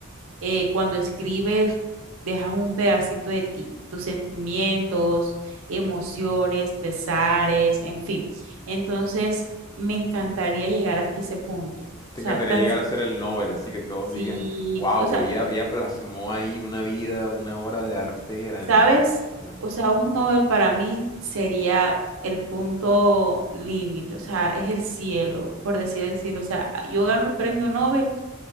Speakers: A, on the right (about 75°); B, on the left (about 20°).
A: eh, cuando escribes, dejas un pedacito de ti, tus sentimientos, emociones, pesares, en fin. Entonces, me encantaría llegar hasta ese punto. O
B: Te
A: sea,
B: encantaría
A: tan
B: llegar
A: si,
B: a ser el Nobel, así que todos
A: si-
B: digan, wow,
A: o sea,
B: ella, ella plasmó ahí una vida, una obra de arte grandísima.
A: ¿sabes? O sea, un Nobel para mí sería el punto límite, o sea, es el cielo, por decir el cielo. O sea, yo gano el premio Nobel,